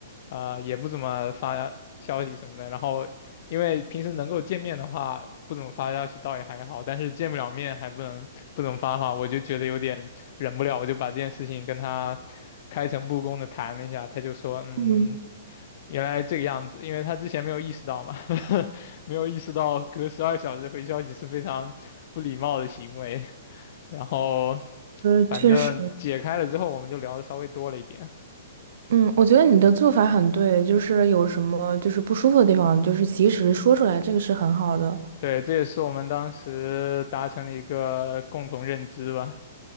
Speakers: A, on the left; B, on the right.
A: 啊、呃也不怎么发消息什么的。然后因为平时能够见面的话，不怎么发消息倒也还好，但是见不了面还不能。不怎么发话，我就觉得有点忍不了，我就把这件事情跟他开诚布公的谈了一下，他就说，嗯，
B: 嗯
A: 原来这个样子，因为他之前没有意识到嘛，<laughs> 没有意识到隔十二小时回消息是非常不礼貌的行为，然后
B: 呃，
A: 反正解开了之后，
B: 确实，
A: 我们就聊的稍微多了一点，
B: 嗯，我觉得你的做法很对，就是有什么就是不舒服的地方，就是及时说出来，这个是很好的。
A: 对，这也是我们当时达成的一个共同认知吧。